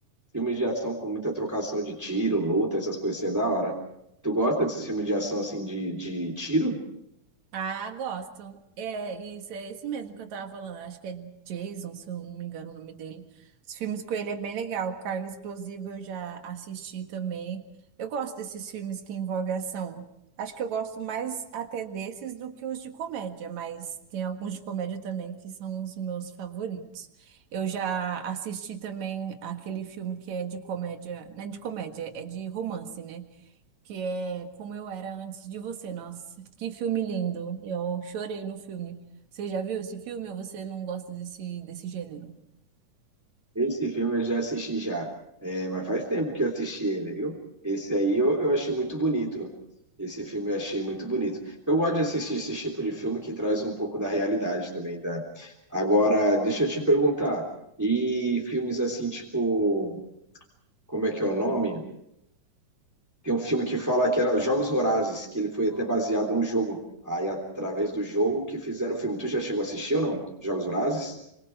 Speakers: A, in the centre; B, on the right (about 65°).
A: Filmes de ação com muita trocação de tiro, luta, essas coisas assim, é da hora. Tu gosta desse filme de ação, assim, de, de tiro?
B: Ah, gosto. É, isso é esse mesmo que eu tava falando. Acho que é Jason, se eu não me engano o nome dele. Os filmes com ele é bem legal. Carga Explosiva eu já assisti também. Eu gosto desses filmes que envolvem ação. Acho que eu gosto mais até desses do que os de comédia, mas tem alguns de comédia também que são os meus favoritos. Eu já assisti também aquele filme que é de comédia, não é de comédia, é de romance, né? que é Como Eu Era Antes de Você. Nossa, que filme lindo. Eu chorei no filme. Você já viu esse filme ou você não gosta desse, desse gênero?
A: Esse filme eu já assisti já. É, mas faz tempo que eu assisti ele, viu? Esse aí eu, eu achei muito bonito. Esse filme eu achei muito bonito. Eu gosto de assistir esse tipo de filme que traz um pouco da realidade também, da. Agora, deixa eu te perguntar. E filmes assim, tipo, como é que é o nome? Tem um filme que fala que era Jogos Vorazes, que ele foi até baseado num jogo. Aí, através do jogo que fizeram o filme. Tu já chegou a assistir ou não? Jogos Vorazes?